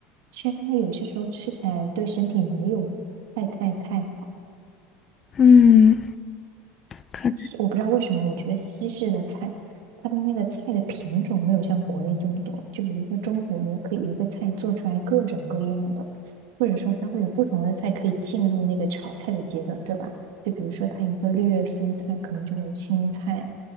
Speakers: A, on the right; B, on the left.
A: 其实它有些时候吃起来对身体没有太太太
B: 嗯，可能，
A: 我不知道为什么，我觉得西式的菜，它的那个菜的品种没有像国内这么多。就比如说中国，你可以一个菜做出来各种各样的，或者说它会有不同的菜可以进入那个炒菜的阶段，对吧？就比如说它一个绿叶蔬菜，可能就会有青菜、